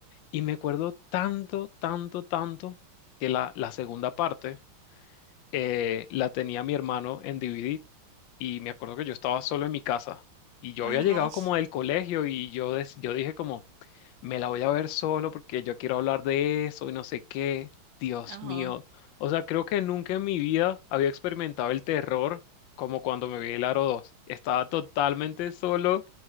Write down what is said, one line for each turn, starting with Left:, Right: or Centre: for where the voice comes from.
Left: Y me acuerdo tanto, tanto, tanto que la, la segunda parte eh, la tenía mi hermano en DVD y me acuerdo que yo estaba solo en mi casa. Y yo
Right: Ay,
Left: había llegado
Right: no.
Left: como del colegio y yo, des- yo dije como, me la voy a ver solo porque yo quiero hablar de eso y no sé qué. Dios
Right: Ajá.
Left: mío. O sea, creo que nunca en mi vida había experimentado el terror como cuando me vi el Aro 2. Estaba totalmente solo